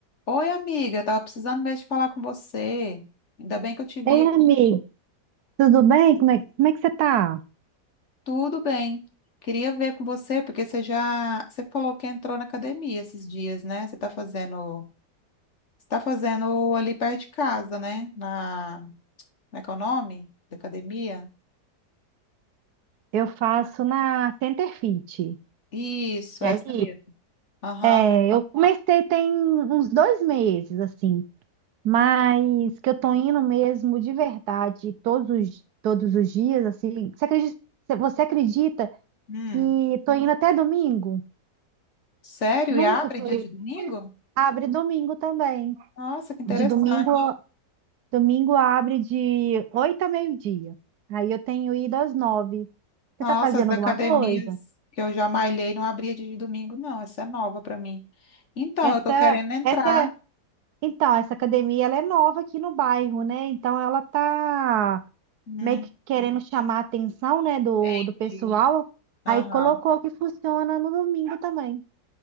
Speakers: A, on the left; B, on the right.
A: Oi, amiga, tava precisando mesmo de falar com você. Ainda bem que eu te vi.
B: Ei, amigo, tudo bem? Como é, como é que você tá?
A: Tudo bem. Queria ver com você, porque você já, você falou que entrou na academia esses dias, né? Você tá fazendo, você tá fazendo ali perto de casa, né? Na, na Econome, da academia.
B: Eu faço na Center Fit.
A: Isso, essa
B: É ali,
A: mesmo. Aham.
B: é, eu comecei tem uns dois meses, assim, mas que eu tô indo mesmo de verdade todos os, todos os dias, assim. Você acredita, você acredita
A: Hum.
B: que tô indo até domingo?
A: Sério?
B: Nunca
A: E abre
B: que
A: dia
B: eu...
A: de domingo?
B: Abre domingo também.
A: Nossa, que interessante.
B: De domingo, domingo abre de oito a meio-dia. Aí eu tenho ido às nove. Você
A: Nossa,
B: tá fazendo
A: as academias
B: alguma coisa?
A: que eu já malhei não abria dia de domingo, não. Essa é nova para mim. Então,
B: Essa,
A: eu tô querendo entrar.
B: essa, então, essa academia ela é nova aqui no bairro, né? Então ela tá
A: Hum,
B: meio que querendo chamar a atenção, né, do,
A: entendi.
B: do pessoal. Aí
A: Aham.
B: colocou que funciona no domingo também.